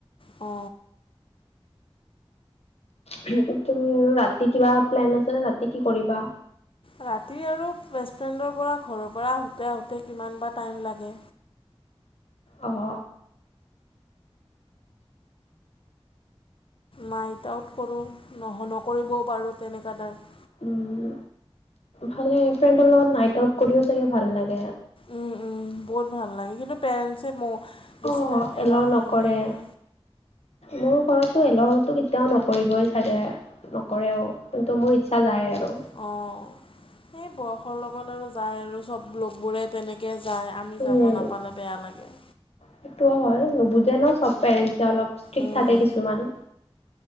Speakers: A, on the left; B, on the left.
A: অ
B: তুমি আৰু ৰাতি কিবা প্লেন আছে নে ৰাতি কি কৰিবা।
A: ৰাতি আৰু বেষ্টফ্ৰেণ্ডৰ পৰা ঘৰৰ পৰা আহোঁতে আহোঁতে কিমান বা টাইম লাগে
B: অ হ
A: নাইট আউট কৰোঁ নহ নকৰিবও পাৰোঁ, তেনেকুৱা তাইপ।
B: উম, ভালে, ফ্ৰেণ্ডৰ লগত নাইট আউট কৰিও চাগে ভাল লাগে।
A: উম উম বহুত ভাল লাগে, কিন্তু পেৰেণ্টছে ম বেছি
B: অ'
A: টাইম এলাও
B: নকৰে।
A: নিদিয়ে ন'।
B: মোৰ ঘৰতো এলাওটো কেতিয়াও নকৰিবই চাগে। নকৰেও কিন্তু মোৰ ইচ্ছা যায় আৰু।
A: অ' সে বয়সৰ লগত আৰু যায় আৰু চব লগবোৰে তেনেকে যায়। আমি
B: উম,
A: যাব নাপালে বেয়া লাগে।
B: সেইটোও হয়। নুবুজে ন' চব পেৰেণ্টছে, অলপ ষ্ট্ৰিক
A: উম,
B: থাকে কিছুমান।